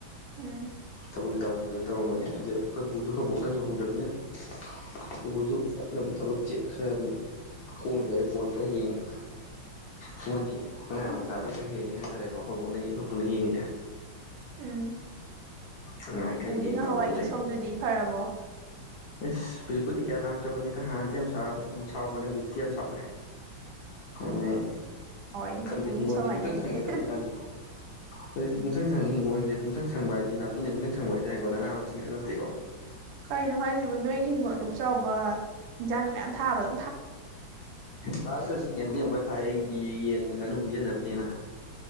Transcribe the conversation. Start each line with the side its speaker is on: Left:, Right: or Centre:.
Right: ꯎꯝ
Left: ꯊꯕꯛꯁ ꯇꯧꯗꯅ ꯇꯧꯔꯝꯕꯅꯦ ꯑꯗꯨ ꯑꯩꯈꯣꯏꯕꯨꯁꯨ ꯍꯧꯕꯣꯛꯅꯁꯨ ꯍꯧꯗ꯭ꯔꯕꯅꯤꯅ ꯑꯩꯈꯣꯏꯕꯨꯁꯨ ꯑꯗꯨꯝ ꯊꯕꯛ ꯆꯦ ꯈꯔ ꯑꯗꯨꯝ ꯀꯣꯅ ꯂꯩ ꯐꯣꯟ ꯈꯔ ꯌꯦꯡꯉ ꯍꯉꯣꯟꯗꯤ ꯑꯉꯥꯡ ꯃꯆꯥꯗꯩ ꯈꯔ ꯍꯦꯜꯂꯦ ꯍꯥꯏꯇꯥꯔꯦꯀꯣ ꯑꯩꯈꯣꯏ ꯄꯨꯅ ꯑꯩꯈꯣꯏ ꯄꯨꯟꯅ ꯌꯦꯡꯉꯤꯁꯦ
Right: ꯎꯝ
Left: ꯑꯗꯨꯃꯥꯏꯅ
Right: ꯎꯄꯨꯒꯤ
Left: ꯈꯔ ꯌꯦꯡ
Right: ꯉꯍꯥꯟꯋꯥꯏꯒꯤ
Left: ꯇꯧꯔꯒ
Right: ꯁꯧꯗꯨꯗꯤ ꯐꯔꯕꯣ
Left: ꯏꯁꯁ ꯍꯧꯖꯤꯛꯄꯨꯗꯤ ꯀꯌꯥ ꯂꯥꯡꯗ꯭ꯔꯕꯅꯤꯗ ꯍꯥꯟꯅꯗꯤ ꯌꯥꯝ ꯁꯥꯎꯕꯅꯦ ꯍꯧꯖꯤꯛꯇꯤ ꯌꯥꯝ ꯁꯥꯎꯗ꯭ꯔꯦ ꯑ
Right: ꯑꯣ ꯍꯋꯥꯏꯗꯤ
Left: ꯈꯪꯗꯦ
Right: ꯄꯨꯄꯨꯒꯤ
Left: ꯍꯤꯡꯒꯣꯜꯁ
Right: ꯏꯁꯧ ꯍꯥꯏꯅꯩꯅꯦ
Left: ꯄꯨꯡꯆꯪ ꯁꯪꯉꯛꯑꯦꯗ ꯍꯧꯖꯤꯛꯀꯥꯟꯗꯤ ꯍꯧꯖꯤꯛꯇꯗꯤ ꯄꯨꯡꯁꯪ ꯁꯪꯉ ꯍꯤꯡꯒꯣꯜꯁꯦ ꯄꯨꯡꯁꯪ ꯁꯪꯕ ꯍꯥꯏꯗꯤ ꯅꯥꯄꯤꯅ ꯁꯨꯡꯁꯪ ꯁꯪꯕ ꯍꯥꯏꯇꯥꯔꯦꯀꯣ ꯅꯅꯥ ꯃꯁꯤꯡꯁꯤꯡ ꯅꯠꯇꯦꯀꯣ
Right: ꯀꯩꯅꯣ ꯍꯥꯏꯁꯤꯕꯨ ꯅꯣꯏꯒꯤ ꯍꯤꯡꯒꯣꯜ ꯛ ꯆꯥꯎꯕ ꯏꯟꯖꯥꯡꯒ ꯃꯌꯥꯝ ꯊꯥꯕꯗ
Left: ꯊꯥꯁ ꯍꯧꯖꯤꯛ ꯌꯦꯟꯗꯤꯤ ꯑꯃꯨꯛ ꯈꯔ ꯊꯥꯏ ꯑꯩꯒꯤ ꯌꯦꯟ ꯉꯥꯅꯨ ꯄꯤꯖꯅꯕꯅꯦꯅ